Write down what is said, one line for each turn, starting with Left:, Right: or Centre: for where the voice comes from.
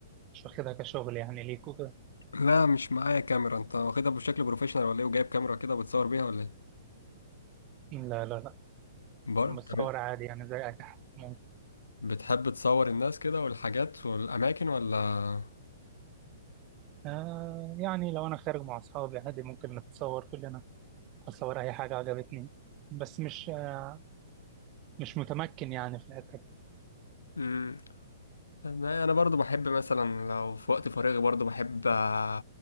Right: مش واخدها كشغل يعني ليك وكده
Left: لا مش معايا كاميرا انت واخدها بشكل بروفيشنال ولا ايه وجايب كاميرا كده بتصور بيها ولا ايه
Right: لا لا لا
Left: برضه
Right: بصور
Left: تمام
Right: عادي يعني زي اي حد
Left: بتحب تصور الناس كده والحاجات والاماكن ولا
Right: آه يعني لو أنا خارج مع أصحابي عادي ممكن نتصور كلنا أصور أي حاجة عجبتني بس مش آه مش متمكن يعني في الحتة دي.
Left: مم، ما انا برضو بحب مثلا لو في وقت فراغي برضو بحب آه،